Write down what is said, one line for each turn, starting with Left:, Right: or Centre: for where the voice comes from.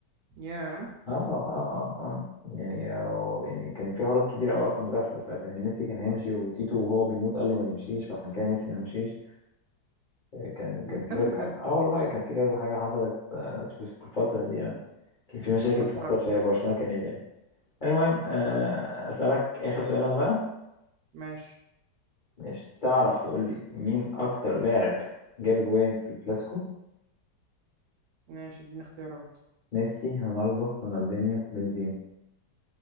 Right: ياه
Left: اه اه اه آه. يعني آه، يعني كان في حوارات كبيره قوي اصلا بتحصل ساعتها يعني ميسي كان هيمشي وتيتو وهو بيموت قال له ما تمشيش فعشان كده ميسي ما مشيش آه، كان
Right: بتكلم
Left: كان في كذا حاجه
Right: بجد
Left: اه والله كان في كذا حاجه حصلت آه، في في الفتره دي يعني كان في مشاكل
Right: اتأثرت
Left: بتحصل في برشلونه كنادي يعني المهم آه،
Right: اتأثرت بصراحة
Left: أسألك آخر سؤال أنا بقى
Right: ماشي
Left: مش تعرف تقول لي مين أكتر لاعب جاب أجوان في الكلاسيكو
Right: ماشي اديني اختيارات
Left: ميسي رونالدو رونالدينيو بنزيما